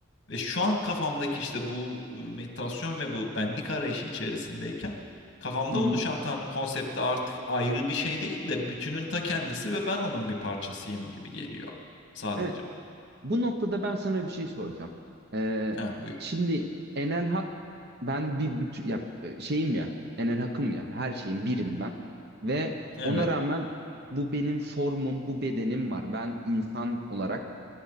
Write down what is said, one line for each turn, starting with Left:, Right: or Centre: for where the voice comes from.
Left: Ve şu an kafamdaki işte bu e, meditasyon ve bu benlik arayışı içerisindeyken kafamda
Right: Hı
Left: oluşan
Right: hı.
Left: tanrı konsepti artık ayrı bir şey değil de bütünün ta kendisi ve ben onun bir parçasıyım gibi geliyor sadece.
Right: Evet, bu noktada ben sana bir şey soracağım. Ee,
Left: Ha buyur.
Right: şimdi Enel Hak ben bir, bütün ya e, şeyim ya Enel Hak'ım ya her şeyim birim ben ve
Left: Evet.
Right: ona rağmen bu benim formum bu bedenim var. Ben insan olarak